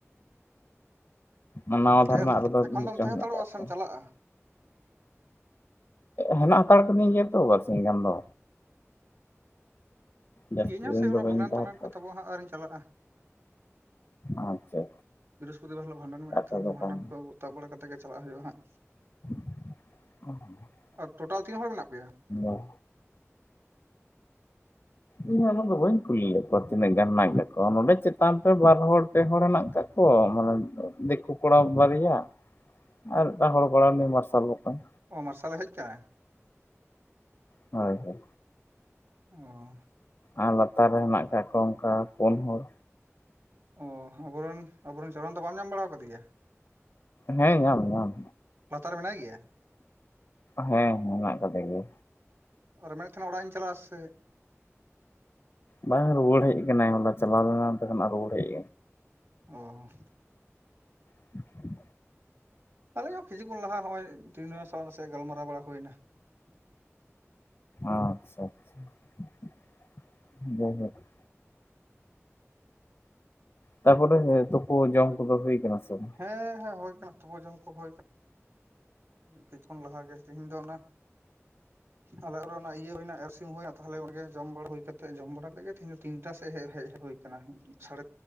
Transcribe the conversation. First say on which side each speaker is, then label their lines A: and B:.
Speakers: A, on the left (about 55°); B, on the right (about 60°).
A: ᱱᱟᱣᱟ
B: ᱚᱸ ᱛᱟᱦᱮᱸᱫ
A: ᱫᱷᱟᱨᱮᱱᱟᱜ ᱨᱮᱫᱚ
B: ᱮᱠᱷᱚᱱ
A: ᱪᱚᱝ
B: ᱫᱚᱢ ᱛᱟᱦᱮᱸ
A: ᱦᱮᱱᱟᱜ
B: ᱦᱟᱛᱟᱲᱚᱜᱼᱟ
A: ᱠᱟᱜ
B: ᱥᱮᱢ
A: ᱠᱚᱣᱟ
B: ᱪᱟᱞᱟᱜᱼᱟ
A: ᱦᱮᱱᱟᱜ ᱦᱟᱛᱟᱲ ᱠᱟᱹᱫᱤᱧ ᱜᱮᱭᱟᱛᱚ ᱵᱟᱨ ᱥᱤᱧ ᱜᱟᱱ ᱫᱚ ᱡᱟᱹᱥᱛᱤ
B: ᱤᱧ ᱦᱚ
A: ᱫᱤᱱ
B: ᱥᱟᱹᱭ ᱚᱱᱟ
A: ᱫᱚ ᱵᱟᱹᱧ
B: ᱵᱷᱟᱸᱰᱟᱱ
A: ᱛᱟᱦᱮᱸ
B: ᱴᱟᱰᱟᱱ
A: ᱦᱟᱛᱟᱲ
B: ᱠᱚ ᱛᱟᱵᱚᱜ-ᱟ ᱦᱟᱸᱜ ᱟᱨᱤᱧ ᱪᱟᱞᱟᱜᱼᱟ
A: ᱟᱪᱪᱷᱟ
B: ᱵᱩᱫ ᱵᱟᱨ ᱦᱤᱞᱳᱜ ᱵᱷᱟᱰᱟᱱ ᱢᱮᱱᱟᱜᱼᱟ
A: ᱠᱟᱛᱷᱟ
B: ᱛᱷᱚ
A: ᱫᱚ
B: ᱚᱱᱟ ᱵᱷᱟᱰᱟᱱ
A: ᱠᱟᱱ
B: ᱠᱚ ᱛᱟᱵ ᱵᱟᱲᱟ ᱠᱟᱛᱮ ᱜᱮ ᱪᱟᱞᱟᱜ ᱦᱩᱭᱩᱜᱼᱟ ᱦᱟᱸᱜ
A: <unintelligible>
B: ᱟᱨ ᱴᱳᱴᱟᱞ ᱛᱤᱱ ᱦᱚᱲ ᱢᱮᱱᱟᱜ ᱯᱮᱭᱟ
A: ᱚᱸ <inaudible> ᱤᱧ ᱦᱚ ᱚᱱᱟᱹᱜ ᱫᱚ ᱵᱟᱹᱧ ᱠᱩᱞᱤ ᱞᱮᱫ ᱠᱚᱣᱟ ᱛᱤᱱᱟᱹᱜ ᱜᱟᱱ ᱢᱮᱱᱟᱜ ᱟᱠᱟᱜ ᱠᱚᱣᱟ ᱱᱚᱸᱰᱮ ᱪᱮᱛᱟᱱ ᱨᱮ ᱵᱟᱨ ᱦᱚᱲ ᱯᱮ ᱦᱚᱲ ᱦᱮᱱᱟᱜ ᱠᱟᱜ ᱠᱚᱣᱟ ᱢᱟᱱᱮ ᱫᱤᱠᱩ ᱠᱚᱲᱟ ᱵᱟᱨᱭᱟ ᱟᱨ ᱮᱴᱟᱜ ᱦᱚᱲ ᱠᱚᱲᱟ ᱩᱱᱤ ᱢᱟᱨᱥᱟᱞ ᱵᱚᱠᱚᱧ
B: ᱚ ᱢᱟᱨᱥᱟᱞᱮ ᱦᱮᱡ ᱟᱠᱟᱱᱟ
A: ᱦᱳᱭ ᱦᱳᱭ
B: ᱚᱸ
A: ᱟᱨ ᱞᱟᱛᱟᱨ ᱨᱮ ᱦᱮᱱᱟᱜ ᱟᱠᱟᱫ ᱠᱚᱣᱟ ᱚᱱᱠᱟ ᱯᱩᱱ ᱦᱚᱲ᱾
B: ᱚ ᱟᱵᱚᱨᱮᱱ ᱟᱵᱚᱨᱮᱱ ᱪᱚᱨᱚᱱ ᱫᱚ ᱵᱟᱢ ᱧᱟᱢ ᱵᱟᱲᱟ ᱟᱠᱟᱫᱮᱭᱟ
A: ᱦᱮᱸ ᱧᱟᱢ ᱧᱟᱢ
B: ᱞᱟᱛᱟᱨ ᱨᱮ ᱢᱮᱱᱟᱜ ᱜᱮᱭᱟ
A: ᱦᱮᱸ ᱦᱮᱱᱟᱜ ᱠᱟᱫᱮ ᱜᱮᱭᱟ
B: ᱟᱨ ᱢᱮᱱᱮᱫ ᱛᱟᱦᱮᱱᱟ ᱚᱲᱟᱜ ᱤᱧ ᱪᱟᱞᱟᱜᱼᱟ ᱥᱮᱜ
A: ᱵᱟᱝ ᱨᱩᱣᱟᱹᱲ ᱦᱮᱡ ᱠᱟᱱᱟᱭ ᱦᱚᱞᱟ ᱪᱟᱞᱟᱣ ᱞᱮᱱᱟ ᱚᱱᱛᱮ ᱠᱷᱚᱱᱟᱜ ᱨᱩᱣᱟᱹᱲ ᱦᱮᱡ
B: ᱚᱸ
A: <inaudible>
B: ᱟᱞᱮ ᱦᱚᱸ ᱠᱤᱪᱩ ᱠᱷᱚᱱ ᱞᱟᱦᱟ ᱱᱚᱸᱜᱼᱚᱭ <unintelligible> ᱥᱟᱞᱟᱜ ᱱᱟᱥᱮ ᱜᱟᱞᱢᱟᱨᱟᱣ ᱵᱟᱲᱟ ᱦᱩᱭᱱᱟ
A: ᱟᱪᱪᱷᱟ ᱟᱪᱪᱷᱟ <inaudible> <inaudible> ᱛᱟᱯᱚᱨᱮ ᱛᱩᱯᱩ ᱡᱚᱢ ᱠᱚᱫᱚ ᱦᱩᱭ ᱟᱠᱟᱱᱟ ᱥᱮ ᱵᱟᱝ
B: ᱦᱮᱸ ᱦᱮᱸ ᱦᱳᱭ ᱟᱠᱟᱱᱟ ᱛᱩᱵᱟᱹ ᱡᱚᱢ ᱠᱚ ᱦᱳᱭ ᱟᱠᱟᱱᱟ ᱠᱤᱪᱷᱩ ᱠᱷᱚᱱ ᱞᱟᱦᱟ ᱜᱮ ᱛᱤᱦᱤᱧ ᱫᱚ ᱚᱱᱟ ᱟᱞᱮ ᱨᱮ ᱤᱭᱟᱹ ᱦᱩᱭᱱᱟ ᱮᱥ ᱦᱩᱭᱟ ᱛᱟᱦᱚᱞᱮ ᱜᱚᱢᱠᱮ ᱡᱚᱢ ᱵᱟᱲᱟ ᱦᱩᱭ ᱠᱟᱛᱮ ᱡᱚᱢ ᱵᱟᱲᱟ ᱠᱟᱛᱮ ᱜᱮ ᱛᱤᱦᱤᱧ ᱫᱚ ᱛᱤᱱᱴᱟ ᱥᱮᱡ ᱦᱮᱡ ᱦᱩᱭ ᱟᱠᱟᱱᱟ ᱥᱟᱲ